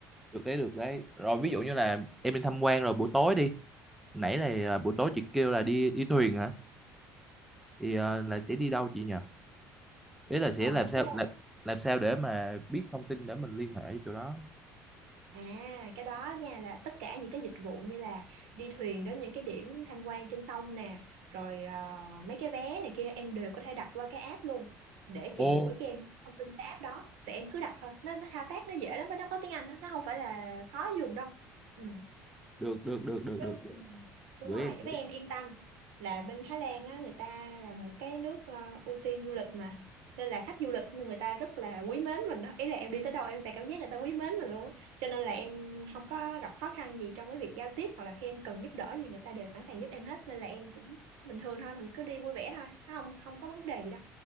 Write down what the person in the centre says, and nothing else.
được đấy được đấy rồi ví dụ như là em đi tham quan rồi buổi tối đi nãy là ờ, buổi tối chị kêu là đi đi thuyền hả thì ờ, là sẽ đi đâu chị nhỉ ý là sẽ
làm sao
làm, làm sao để mà biết thông tin để mình liên hệ với chỗ đó
ồ
được được được được
được được.
gửi
em gửi
em